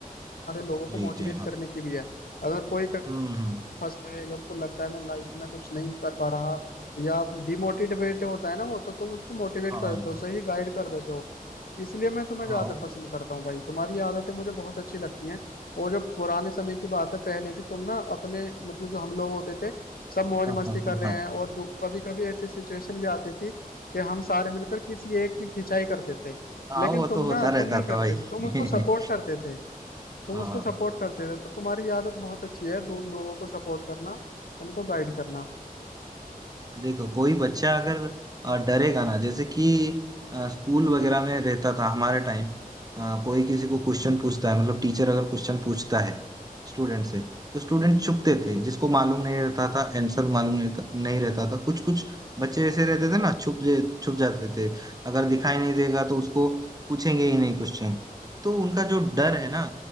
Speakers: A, on the left (about 80°); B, on the right (about 25°).
A: लोगों
B: जी
A: को मोटिवेट
B: जय हाँ
A: करने की भी है अगर कोई
B: हम्म हम्म,
A: फंसता है या उसको लगता है मैं लाइफ में कुछ नहीं कर पा रहा या डिमोटिवेट होता है ना वो तो तुम उसको मोटिवेट
B: हाँ
A: कर देते
B: हाँ
A: हो सही गाइड कर देते हो इसलिए मैं तुम्हें
B: हाँ
A: ज्यादा
B: हाँ
A: पसंद करता हूँ भाई तुम्हारी ये आदतें मुझे बहुत अच्छी लगती हैं और जब पुराने समय की बात है पहले भी तुम ना अपने मतलब जो हम लोग होते थे सब मौज
B: हाँ
A: मस्ती
B: हाँ
A: कर रहे
B: हाँ,
A: हैं और कभी कभी ऐसी सिचुएशन भी आती थी कि हम सारे मिलकर किसी एक की खिंचाई करते थे
B: हाँ,
A: लेकिन
B: वो
A: तुम
B: तो होता
A: ना
B: रहता
A: तुम नहीं करते
B: था भाई
A: थे तुम
B: <laughs>
A: उसको सपोर्ट करते थे तुम
B: हाँ
A: उसको
B: हाँ।
A: सपोर्ट करते थे तो तुम्हारी आदत बहुत अच्छी है दो लोगों को सपोर्ट करना उनको गाइड करना
B: देखो कोई बच्चा अगर अ, डरेगा ना जैसे कि अ, स्कूल वगैरह में रहता था हमारे टाइम अ, कोई किसी को क्वेश्चन पूछता है मतलब टीचर अगर क्वेश्चन पूछता है स्टूडेंट से तो स्टूडेंट छुपते थे जिसको मालूम नहीं रहता था आंसर मालूम नहीं रहता नहीं रहता था कुछ कुछ बच्चे ऐसे रहते थे ना छुप जे छुप जाते थे अगर दिखाई नहीं देगा तो उसको पूछेंगे ही नहीं क्वेश्चन तो उनका जो डर है ना